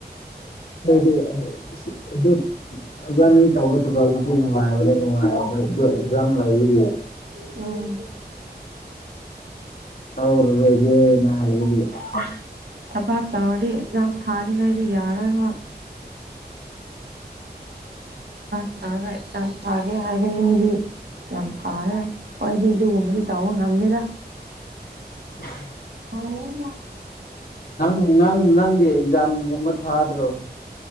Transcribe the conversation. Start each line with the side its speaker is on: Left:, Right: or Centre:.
Left: ꯑꯩꯗꯤ ꯑꯥ ꯑꯗꯨ ꯏꯕꯅꯤ ꯇꯧꯕ ꯊꯕꯛꯅꯗꯤ ꯅꯨꯡꯉꯥꯏꯕꯅꯦ ꯅꯨꯡꯉꯥꯏꯕꯗꯤ ꯑꯗꯨ ꯑꯦꯛꯖꯥꯝ ꯂꯩꯕꯒꯤ꯫
Right: ꯎꯝ꯫
Left: ꯇꯧꯔꯔꯣꯏꯒꯦ꯫ <unintelligible>
Right: ꯊꯕꯥꯥꯛ ꯇꯧꯔꯗꯤ ꯑꯦꯛꯖꯥꯝ ꯊꯥꯅꯤꯡꯒꯥꯏꯗꯤ ꯌꯥꯔꯣ ꯍꯣꯏ꯫ ꯄꯥꯁ ꯇꯧꯔꯒ ꯑꯦꯖꯥꯝ ꯊꯥꯒꯦ ꯍꯥꯏꯕꯅꯤ꯫ ꯗꯤ ꯌꯥꯝ ꯐꯔꯦ ꯍꯣꯏꯗꯤ ꯑꯗꯨꯒꯨꯝꯕꯗꯤ ꯇꯧꯕ ꯉꯝꯅꯤꯗ꯫
Left: <unintelligible>
Right: <unintelligible>
Left: ꯅꯪ ꯅꯪ ꯅꯪꯗꯤ ꯑꯦꯛꯖꯥꯃꯒꯨꯝꯕ ꯊꯥꯗ꯭ꯔꯣ꯫